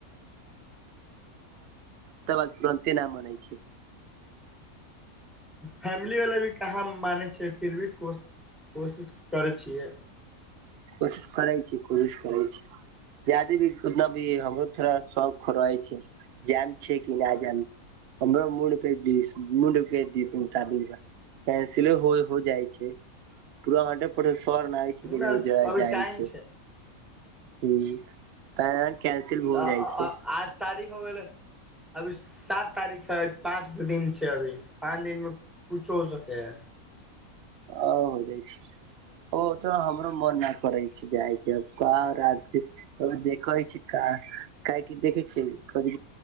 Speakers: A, on the right; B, in the centre.
A: बाद तुरन्ते ना मनेै छी
B: फैमिली वला भी कहाँ मानै छै फिर भी कोश कोशिश करै छियै
A: कोशिश करै छी कोशिश करै छी जादे भी उतना भी हमरो थोड़ा शौक रहै छै जाम छै कि नहि जयाम छै हमर मूड के द मूड के दि मुताबिक कैंसिलो हो हो जाइ छै पूरा हटे परे सर नाहि ठ
B: नहि
A: ज
B: अभी
A: जाइ
B: टाइम
A: छै हुं तऽ आय कैंसिल हो
B: आज
A: जाइ छै
B: तारीख हो गेलै अभी सात तारीख है पाँच दिन छै अभी पाँच दिन मे कुछो हो सके हे
A: औ हो जाइ छै ओ ओतो हमरो मोन नै करै छै जायके कहां रात के तऽ देखै छै का काहे की देखै छै कह